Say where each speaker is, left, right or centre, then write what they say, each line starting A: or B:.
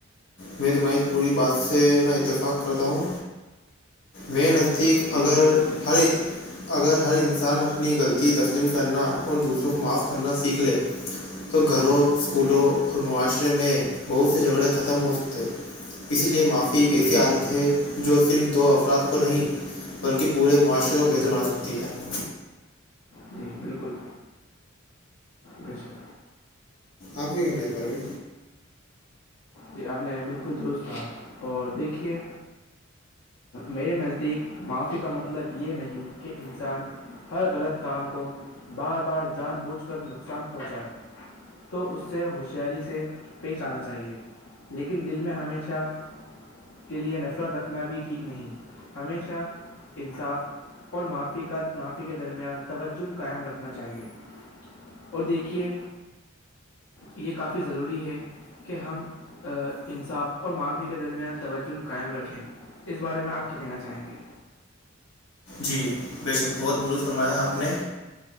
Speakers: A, on the left; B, on the left.
A: میں تمہاری اس پوری بات سے نہ اتفاق کرتا ہوں میں نزدیک
B: جی
A: اگر
B: جی بالکل
A: ہر اگر ہر انسان اپنی غلطی تسلیم کرنا اور دوسروں کو معاف کرنا سیکھ لے تو گھر پھولوں
B: جی
A: اور معاشرے میں بہت سے جھگڑے ختم ہو سکتے ہیں اسی لیے معافی ایک ایسی
B: جی بالکل
A: عادت
B: بالکل
A: ہے جو صرف دو افراد کو نہیں بلکہ پورے معاشرے کو
B: جی
A: بہتر بنا سکتے تی ہے
B: جی بالکل بے شک
A: آپ کےنائی پرے
B: جی آپ نے بالکل درست کہا اور دیکھیے میرے نزدیک معافی کا مطلب یہ نہیں کہ انسان ہر غلط کام کو بار بار جان بوجھ کر نقصان پہنچائے تو اس سے ہوشیاری سے پیش آنا چاہیے لیکن دل میں ہمیشہ کے لئے نفرت رکھنا بھی ٹھیک نہیں ہمیشہ انصاف اور معی کا معافی کے درمیان توجہ قائم رکھنا چاہیئے اور دیکھیے یہ کافی ضروری ہے کہ ہم انصاف اور معافی کے درمیان توجہ قائم رکھیں اسس بارے میں آپ کیا کہنا چاہیں گے
A: جی بے شک بہت درست فرمایا آپ نے